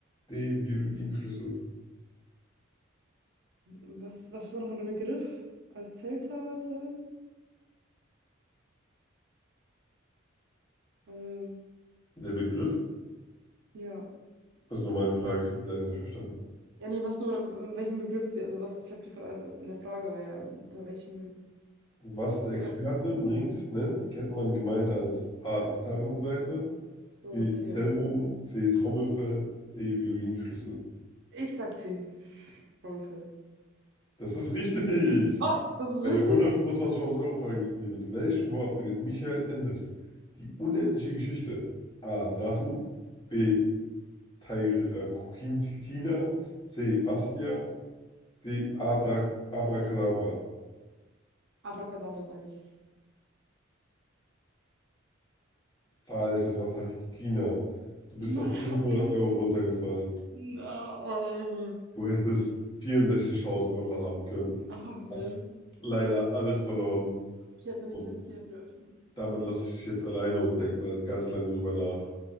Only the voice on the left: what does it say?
D. Violinschlüssel.
Der Begriff,
also nochmal die Frage, ich habe die leider nicht verstanden.
Was der
Experte
Mrings nennt, kennt man gemein als A. Gitarrenseite,
B.
Zellbogen, C. Trommelfell, D. Violinschlüssel.
Das ist richtig!
Bei
der 125.000 Euro Frage sind wir. Mit welchem Wort beginnt Michael Endes die unendliche Geschichte? A. Drachen, B. Tairakintina, C. Bastian, D. Adra Abracadabra.
Falsch, das war Tarikina. Du
bist auf 500
Euro runtergefallen.
Du hättest 64.000 Euro haben können.
Hast leider alles verloren.
Und
damit lasse ich dich jetzt alleine und denk mal ganz lang drüber nach.